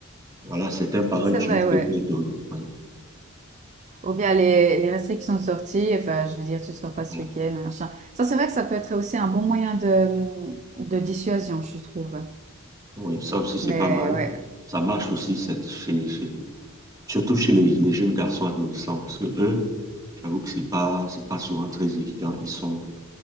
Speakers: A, on the right; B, on the right.
A: Voilà, certains parents
B: C'est
A: utilisent
B: vrai, ouais.
A: cette méthode. Oui,
B: Ou bien les, les restrictions de sortie, enfin, je veux dire, tu sors pas ce
A: voilà.
B: week-end, machin. Ça, c'est vrai que ça peut être aussi un bon moyen de, de dissuasion, je trouve.
A: Oui, ça aussi, c'est
B: Mais
A: pas mal.
B: ouais.
A: Ça marche aussi c'est- chez, chez- surtout chez les, les jeunes garçons adolescents parce que eux, j'avoue que c'est pas, c'est pas souvent très évident. Ils sont,